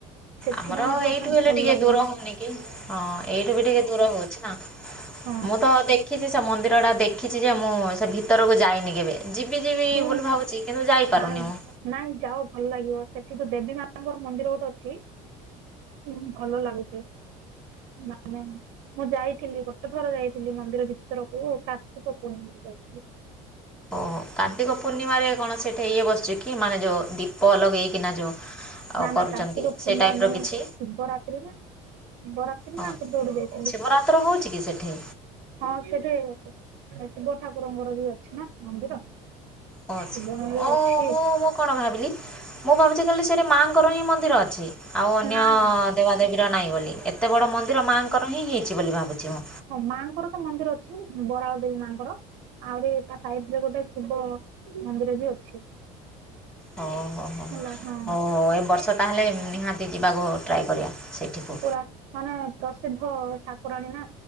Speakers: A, on the right (about 75°); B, in the centre.
A: ସେଥିପାଇଁ
B: ଆମର
A: ଯିବା
B: ଏଇଠୁ
A: ପାଇଁ
B: ହେଲେ
A: ଭଲ
B: ଟିକେ
A: ଲାଗୁନି
B: ଦୂର ହଉନି କି ହଁ ଏଇଠୁ ବି ଟିକେ ଦୂର ହଉ। ନା
A: ହଁ
B: ମୁଁ ତ ଦେଖିଛି ସେ ମନ୍ଦିର ଟା ଦେଖିଛି ଯେ ମୁଁ ସେ ଭିତରକୁ ଯାଇନି କେବେ। ଯିବି ଯିବି
A: ମୁଁ
B: ବୋଲି ଭାବୁଛି କିନ୍ତୁ ଯାଇପାରୁନି
A: ନାଇଁ
B: ମୁଁ।
A: ନାଇଁ ଯାଅ ଭଲ ଲାଗିବ ସେଠି ତ ଦେବୀ ମାଙ୍କର ମନ୍ଦିର ଗୋଟେ ଅଛି। ହୁଁ, ଭଲ ଲାଗୁଛି ନା ନାଇଁ। ମୁଁ ଯାଇଥିଲି ଗୋଟେ ଥର ଯାଇଥିଲି ମନ୍ଦିର ଭିତରକୁ କାର୍ତ୍ତିକ ପୁଣିମା ରେ ଯାଇଥିଲି।
B: ଓ କାର୍ତ୍ତିକ ପୂର୍ଣ୍ଣିମାରେ କଣ ସେଠା ଇଏ ବସିଛି କି ମାନେ ଯୋଉ ଦୀପ ଲଗେଇକିନା ଯୋଉ ଆଉ
A: ନା
B: କରୁଛନ୍ତି
A: ନା କାର୍ତ୍ତିକ ପୂର୍ଣିମା
B: ସେ ଟାଇପ୍ର
A: ନାହିଁ
B: କିଛି
A: ଶିବ ରାତ୍ରି ରେ। ଶିବ ରାତ୍ରି
B: ହଁ
A: ନ ଆଉ କେବେ ଗୋଟେ ଯାଇଥିଲି।
B: ଶିବରାତ୍ର ହେଉଛି କି ସେଠି
A: ହଁ ସେଇଠି ଶିବ ଠାକୁରଙ୍କର ବି ଅଛି ନା ମନ୍ଦିର।
B: ହଁ ଅଛି
A: ଶିବ ମନ୍ଦିର
B: ଅ
A: ଅଛି
B: ମୁଁ ମୁଁ କଣ ଭାବିଲି? ମୁ ଭାବୁଛି ଖାଲି ସେଟା ମାଙ୍କର ହିଁ ମନ୍ଦିର ଅଛି। ଆଉ ଅନ୍ୟ
A: ନା ନା
B: ଦେବା ଦେବୀର ନାହିଁ ବୋଲି ଏତେ ବଡ଼ ମନ୍ଦିର ମାଆଙ୍କର ହିଁ ହେଇଛି ବୋଲି ଭାବୁଛି ମୁଁ।
A: ହଁ ମାଙ୍କର ତ ମନ୍ଦିର ଅଛି ବରାଳ ଦେବୀ ମାଙ୍କର ଆହୁରି ତା ସାଇଟ୍ ରେ ଗୋଟେ ଶିବ ମନ୍ଦିର ବି ଅଛି।
B: ହଉ ହଉ ହଉ
A: ହେଲା ହଁ
B: ହଉ ହଉ ଏ ବର୍ଷ ତାହେଲେ ନିହାତି ଯିବାକୁ ଟ୍ରାଏ କରିବା ସେଇଠିକୁ।
A: ପୁରା ମାନେ ପ୍ରସିଦ୍ଧ ଠାକୁରାଣୀ ନା